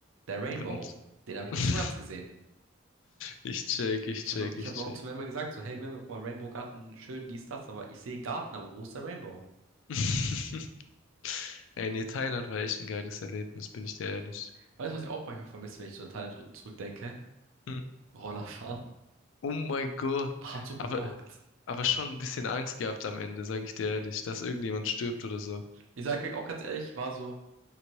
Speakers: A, on the right; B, on the left.
A: Der Rainbow.
B: Und-
A: Den habe ich
B: <laughs>
A: nicht so ganz gesehen.
B: Ich check, ich
A: Ich
B: check,
A: habe ich
B: ich
A: hab
B: check.
A: auch zu Memme gesagt, so, hey Memme, guck mal, Rainbow Garten, schön, dies, das, aber ich sehe einen Garten, aber wo ist der Rainbow?
B: <laughs> Ey, nee, Thailand war echt ein geiles Erlebnis, bin ich dir ehrlich.
A: Weißt du, was ich auch manchmal vermisse, wenn ich so an Thailand zurückdenke?
B: Hm.
A: Rollerfahren.
B: Oh mein Gott.
A: Hat so gebockt.
B: Aber aber schon ein bisschen Angst gehabt am Ende, sage ich dir ehrlich, dass irgendjemand stirbt oder so.
A: Ich sage auch ganz ehrlich, ich war so,